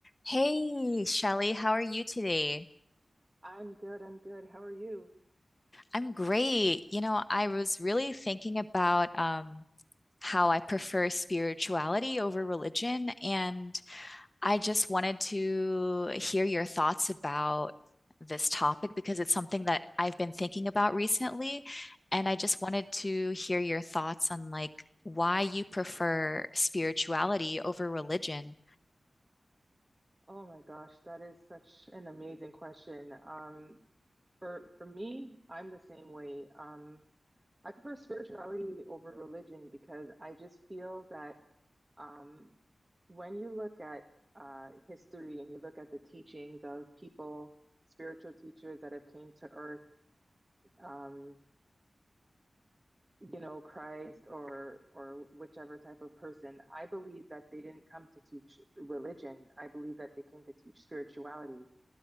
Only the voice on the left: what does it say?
Hey, Shelly, how are you today?
I'm great. You know, I was really thinking about um, how I prefer spirituality over religion, and I just wanted to hear your thoughts about this topic because it's something that I've been thinking about recently, and
I just wanted to hear your thoughts on like why you prefer spirituality over religion.